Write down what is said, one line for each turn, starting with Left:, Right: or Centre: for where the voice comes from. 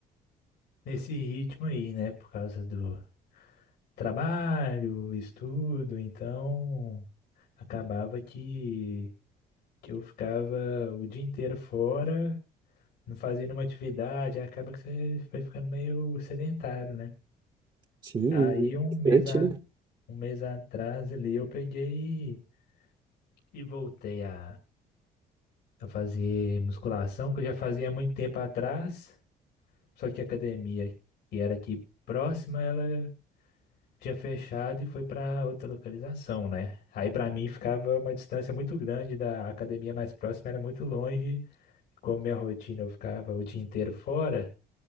Left: nesse ritmo aí, né? Por causa do trabalho, estudo, então acabava que, que eu ficava o dia inteiro fora, não fazia nenhuma atividade, aí acaba que você vai ficando meio sedentário, né?
Right: Sim,
Left: Aí um
Right: distante,
Left: mês a
Right: né?
Left: Um mês atrás ali eu peguei e voltei a, a fazer musculação, que eu já fazia há muito tempo atrás, só que a academia que era aqui próxima, ela tinha fechado e foi para outra localização, né? Aí para mim ficava uma distância muito grande da academia mais próxima, era muito longe, como minha rotina eu ficava o dia inteiro fora,